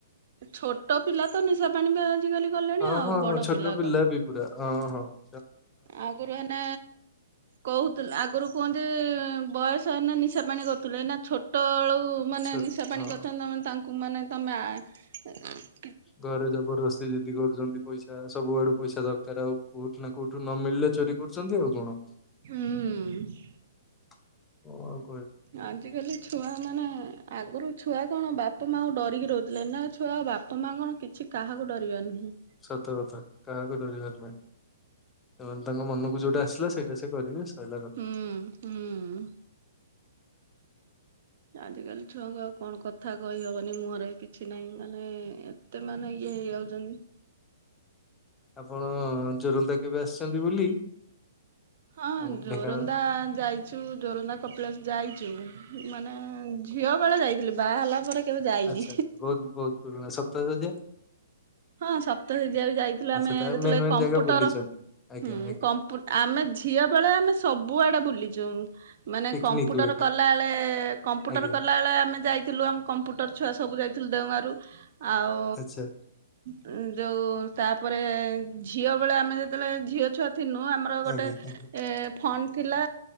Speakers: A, on the right (about 50°); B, on the left (about 15°).
A: ଛୋଟ ପିଲା ତ ନିଶା ପାଣିବା ଆଜିକାଲି କଲେଣି
B: ହଁ
A: ଆଉ
B: ହଁ
A: ବଡ
B: ହଁ ଛୋଟ ପିଲା
A: କ
B: ବି ପୁରା ହଁ ହଁ ।
A: ଆଗରୁ ହେନେ କହୁଥୁ ଆଗରୁ କୁହନ୍ତି ବୟସ ହେନେ ନିଶା ପାଣି କରୁଥିଲେ। ଏଇନେ ଛୋଟଏଳୁ ମାନେ
B: ଛୋ
A: ନିଶା ପାଣି
B: ହଁ।
A: କରୁଛନ୍ତି। ତାଙ୍କ କୁ ମନେ ତମେ ଆଁ
B: ଘରେ ଜବରଦସ୍ତି ଯଦି କରୁଛନ୍ତି। ପଇସା ସବୁଆଡୁ ପଇସା ଦ କାର ଆଉ କୋଉଠୁ ନା କୋଉଠୁ ନ ମିଳିଲେ ଚୋରି କରୁଛନ୍ତି ଆଉ କଣ?
A: ହୁଁ ।
B: <inaudible>
A: ଆଜିକାଲି ଛୁଆ ମାନେ ଆଗରୁ ଛୁଆ କଣ ବାପା ମାଆଙ୍କୁ ଡରିକି ରହୁଥିଲେ ଏନା ଛୁଆ ବାପା ମାଆ କଣ କିଛି କାହାକୁ ଡରିବାର ନାହିଁ ।
B: ସତକଥା କାହାକୁ ଡରିବାର ନାହିଁ। ସେମାନେ ତାଙ୍କ ମନକୁ ଯୋଉଟା ଆସିଲା ସେଇଟା ସେ କରିବେ। ସାଇଲା କଥା
A: ହୁଁ ହୁଁ। ଆଜି କାଲି ଛୁଆଙ୍କୁ ଆଉ କଣ କଥା କହିହବନି ମୁହଁରେ, କିଛି ନାହିଁ ମାନେ ଏତେ ମାନେ ଇଏ ହେଇ ଯାଉଛନ୍ତି।
B: <inaudible> ଆପଣ ଜୋରନ୍ଦା କେବେ ଆସିଛନ୍ତି ବୁଲି?
A: ହଁ
B: ଆମ
A: ଜୋରନ୍ଦା
B: ଢେଙ୍କାନାଳ?
A: ଯାଇଛୁ ଜୋରନ୍ଦା କପିଳାସ ଯାଇଛୁ। ମାନେ ଝିଅ ବେଳେ ଯାଇଥିଲି ।ବାହା ହେଲା ପରେ କେବେ ଯାଇନି।
B: ଆଛା ଆଛା ବହୁତ ବହୁତ ପୁରୁଣା ସପ୍ତଶଯ୍ୟା।
A: ହଁ ସପ୍ତଶଯ୍ୟା ବି ଯାଇଥିଲୁ,
B: ଆଚ୍ଛା
A: ଆମେ
B: ତା
A: ଯେତେବେଳେ
B: ମେନ୍ ମେନ୍
A: କମ୍ପୁଟର
B: ଜାଗା ବୁଲିଛନ୍ତି। ଆଜ୍ଞା
A: ହୁଁ
B: ଆଜ୍ଞା
A: କମ୍ପୁ ଆମେ ଝିଅ ବେଳେ ଆମେ ସବୁଆଡେ ବୁଲି ମାନେ
B: ପିକନିକ
A: କମ୍ପୁଟର
B: ହୁଏ କି?
A: କଲା ବେଳେ କମ୍ପୁଟର
B: ଆଜ୍ଞା
A: କଲା ବେଳେ ଆମେ ଯାଇଥିଲୁ। ଆମ କମ୍ପୁଟର ଛୁଆ ସବୁ ଯାଇ ଲୁ ଦେଓଗାଁ ରୁ ଆଉ
B: ଆଚ୍ଛା
A: ଉ ଯୋଉ ତାପରେ, ଝିଅ ବେଳେ ଆମେ ଯେତେବେଳେ ଝିଅ ଛୁଆ ଥିନୁ ଆମର ଗୋଟେ
B: ଆଜ୍ଞା ଆଜ୍ଞା
A: ଏ ଫଣ୍ଡ ଥିଲା